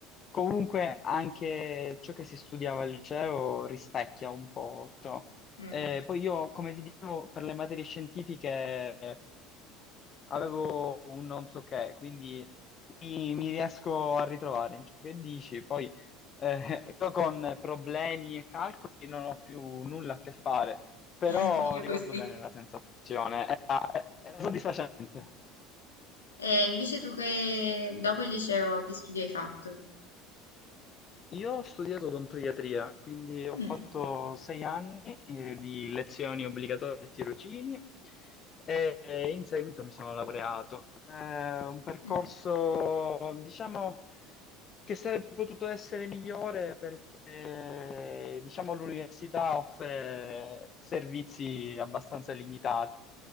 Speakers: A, on the left; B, on the left.
A: comunque anche ciò che si studiava al liceo rispecchia un po' ciò.
B: Mm.
A: Eh, poi io, come ti dicevo, per le materie scientifiche avevo un non so che, quindi mi, mi riesco a ritrovare in ciò che dici. Poi eh, io con problemi e calcoli non ho più nulla a che fare, però
B: <laughs> Io
A: ricordo
B: così.
A: bene la sensazione, era, era soddisfacente.
B: E invece tu che dopo il liceo che studi hai fatto?
A: Io ho studiato odontoiatria, quindi ho fatto
B: Mm.
A: sei anni eh, di lezioni obbligatorie e tirocini e e in seguito mi sono laureato. È un percorso,
B: Mm.
A: diciamo, che sarebbe potuto essere migliore perché, diciamo, l'università offre servizi abbastanza limitati.